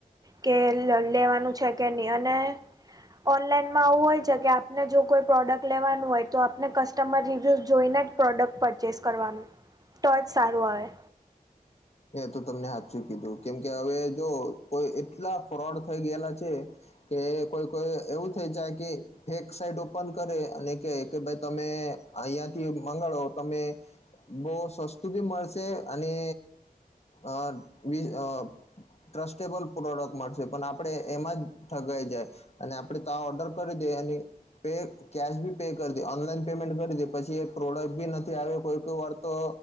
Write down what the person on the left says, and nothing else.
તો તમને હાચું કીધું કેમકે હવે જો કોઈ એટલા ફ્રોડ થઈ ગયેલા છે કે કોઈ કોઈ એવું થઈ જાય કે ફેક સાઈટ ઓપન કરે અને કે કે ભાઈ તમે અહિયાંથી મંગાડો તમે બહુ સસ્તું બી મળશે અને અ બી ટ્રસ્ટેબલ પ્રોડક્ટ મળશે પણ આપડ એમાં જ ઠગાઈ જાય અને આપડે તો આ ઓર્ડર કરી દે એ પે કેશ બી પે કરી દે ઓનલાઈન પેમેન્ટ કરી દે પછી એ પ્રોડક્ટ બી નથી આવે કોઈ કોઈ વાર તો